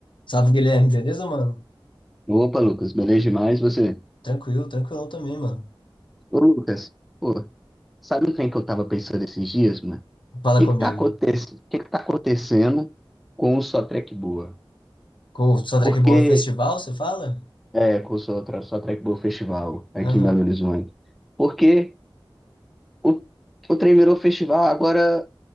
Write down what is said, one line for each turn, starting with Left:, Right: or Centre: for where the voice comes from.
Left: Salve, Guilherme, beleza, mano?
Centre: Opa, Lucas, beleza demais você?
Left: Tranquilo, tranquilão também, mano.
Centre: Ô, Lucas, pô, sabe um trem que eu tava pensando esses dias, mano? O
Left: Fala
Centre: que
Left: comigo.
Centre: que tá acontecendo, que que tá acontecendo com o Só Trek Boa?
Left: Com o Soundtrack
Centre: Porque,
Left: Boa Festival, você fala?
Centre: é, com o Só, Tra- Só Trek Boa Festival aqui
Left: Aham.
Centre: em Belo Horizonte? Porque o, o trem virou festival, agora